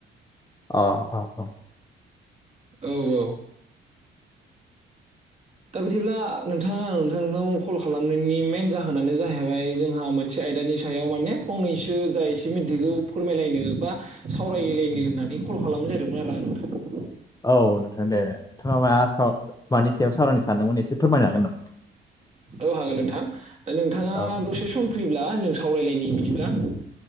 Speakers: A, on the left; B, on the right.
A: अ अ अ
B: औ औ दा बिदिब्ला नोंथाङा आं नोंथांनाव कल खालामनायनि मेन जाहोनानो जाहैबाय जोंहा मोनसे आयदानि सायाव माने फंनैसो जा एसे मिथिगौ फोरमायलायनो बा सावरायलायनो होननानै कल खालामनो जादोंमोन आरो आं नोंथां
A: अ औ दे नोंथाङा मा मानि सायाव सावरायनो सानदोंमोन एसे फोरमायनो हागोन नामा
B: औ हागोन नोंथां दा नोंथाङा
A: औ
B: दसे सम फ्रिब्ला जों सावरायलायनायनि बिदिब्ला